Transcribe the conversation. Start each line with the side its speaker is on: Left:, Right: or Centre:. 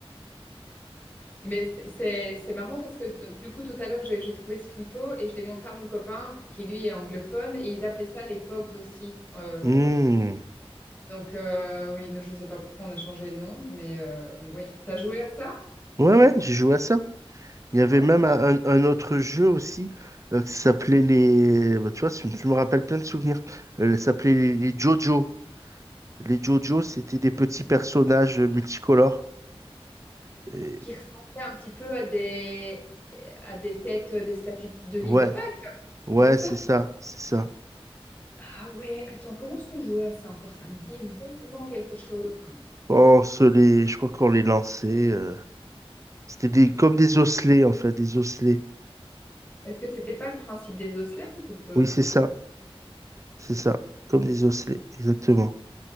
Left: Mais c'est c'est- c'est marrant parce que d- du coup, tout à l'heure, j'ai j'ai trouvé ce flippo et je l'ai montré à mon copain qui, lui, est anglophone et ils appelaient ça les Pogs aussi. Euh,
Right: Hmm.
Left: donc, euh, oui, non, je ne sais pas pourquoi on a changé le nom, mais euh, on- oui. T'as joué à ça?
Right: Ouais, ouais, j'ai joué à ça. Il y avait
Left: Oh,
Right: même
Left: c'était
Right: un,
Left: chouette.
Right: un autre jeu aussi euh, qui s'appelait les. bah, tu vois, tu, tu me rappelles plein de souvenirs. Euh, ça s'appelait les, les Jojo. Les Jojo, c'était des petits personnages multicolores. Et-
Left: Qui ressemblait un petit peu à des, à des têtes euh, des statues de l'île
Right: Ouais,
Left: de Pâques. là.
Right: ouais,
Left: C'était
Right: c'est
Left: ça?
Right: ça, c'est ça.
Left: Ah ouais, attends, comment est-ce qu'on jouait à ça encore? Ça me dit vaguement quelque chose.
Right: On se les, je crois qu'on les lançait. euh, C'était des, comme des osselets en fait, des osselets.
Left: Est-ce que c'était pas le principe des osselets un petit peu?
Right: Oui, c'est ça. C'est ça, comme des osselets, exactement.